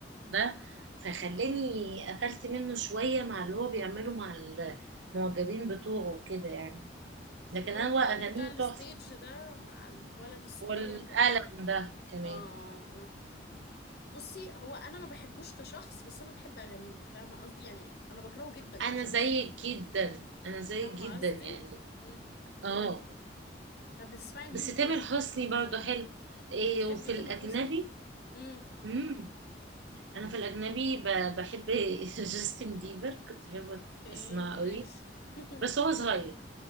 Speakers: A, on the right; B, on the left.
A: ده فخلاني قفلت منه شويه مع اللي هو بيعمله مع المعجبين بتوعه وكده يعني لكن
B: اللي هو
A: هو
B: الحوار
A: اغانيه
B: بتاع الستيج
A: تحفه
B: ده مع الولد الصغير
A: والقلم
B: ده
A: ده كمان
B: اه آه. بصي هو انا ما بحبوش كشخص بس انا بحب اغانيه فاهمة قصدي يعني انا بكرهه جدا
A: انا
B: كشخص
A: زيك جدا انا زيك
B: فاهمة
A: جدا
B: قصدي
A: يعني
B: امم فهمتك
A: اه
B: طب بتسمعي لمين
A: بس تامر
B: تاني
A: حسني برضه حلو إيه
B: بتحبي
A: وفي
B: تامر
A: الاجنبي
B: حسني امم
A: امم انا في الاجنبي ب- بحب <laughs> جاستن بيبر كنت بحب
B: ايه
A: اسمعه
B: عايش
A: قوي
B: <laughs>
A: بس هو صغير
B: اي